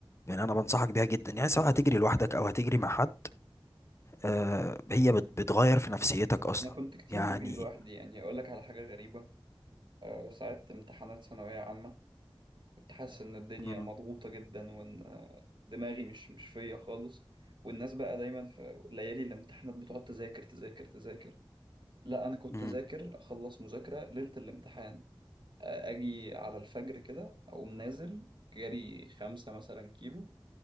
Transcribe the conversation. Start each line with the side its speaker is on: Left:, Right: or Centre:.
Left: يعني انا بنصحك بيها جدا يعني سواء هتجري لوحدك او هتجري مع حد آه، هي بت- بتغير في نفسيتك اصلا
Right: أنا كنت كتير
Left: يعني
Right: بجري لوحدي يعني أقول لك على حاجة غريبة أه ساعات امتحانات ثانوية عامة كنت حاسس إن الدنيا
Left: مم.
Right: مضغوطة جدا وإن آه، دماغي مش مش فيا خالص والناس بقى دايما في ليالي الامتحانات بتقعد تذاكر تذاكر تذاكر لا أنا كنت
Left: مم.
Right: أذاكر أخلص مذاكرة ليلة الامتحان اجي على الفجر كده اقوم نازل جري خمسة مثلا كيلو